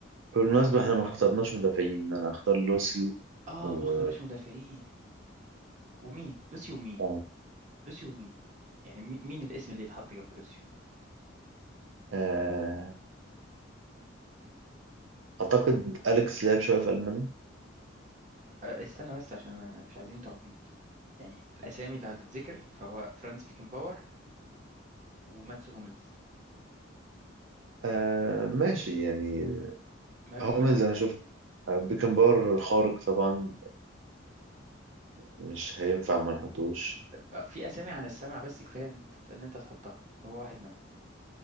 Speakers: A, on the right; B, on the right.
A: بالمناسبة احنا ما اخترناش مدافعين أنا اختار لوسيو
B: اه
A: و
B: ما اخترناش مدافعين ومين لوسيو ومين
A: آه.
B: لوسيو ومين يعني مي- مين الاسم اللي يتحط جنب لوسيو
A: آه، أعتقد أليكس لعب شوية في ألمانيا
B: آه استنى بس عشان أنا مش عايزين تخبيط يعني الاسامي اللي هتتذكر فهو فرانس بيكنباور وماتس هوملز
A: آه ماشي يعني
B: ما, ما
A: هو من
B: في
A: زي ما شفت آه، بيكنبار خارق طبعا مش هينفع ما نحطوش
B: آه في اسامي عن السمع بس كفايه ان انت ان انت تحطها هو واحد منهم